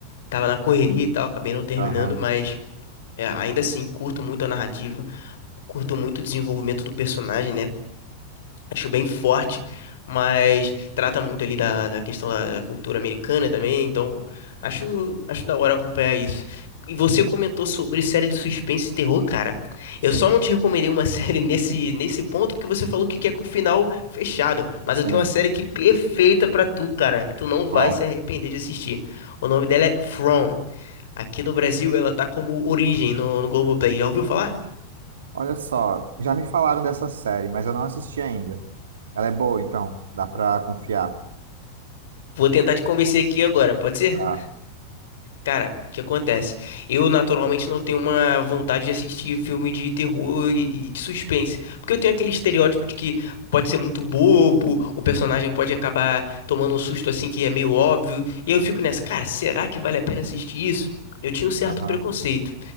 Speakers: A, on the left; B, on the right.
A: tava na correria e tal, acabei não terminando,
B: Aham.
A: mas é, ainda assim, curto muito a narrativa. Curto muito o desenvolvimento do personagem, né? acho bem forte, mas trata muito ali da, da questão da, da cultura americana também, então acho, acho da hora acompanhar isso. E você comentou sobre série de suspense e terror, cara.
B: Sim,
A: Eu só não te recomendei uma <laughs> série nesse, nesse ponto porque você falou que quer com o final fechado. Mas
B: sim.
A: eu tenho uma série que perfeita pra tu, cara, que tu não vai
B: Ó,
A: se arrepender de assistir. O nome dela é From. Aqui no Brasil ela tá como Origem no, no Globoplay. Já ouviu falar?
B: olha só, já me falaram dessa série, mas eu não assisti ainda. Ela é boa, então? Dá pra confiar?
A: Vou tentar te convencer aqui agora, pode ser?
B: Tá.
A: Cara, o que acontece? Eu naturalmente não tenho uma vontade de assistir filme de terror e e de suspense, porque eu tenho aquele estereótipo de que pode ser muito bobo, o personagem pode acabar tomando um susto assim que é meio óbvio, e eu fico nessa, cara, será que vale a pena assistir isso? Eu tinha um certo
B: Aham.
A: preconceito,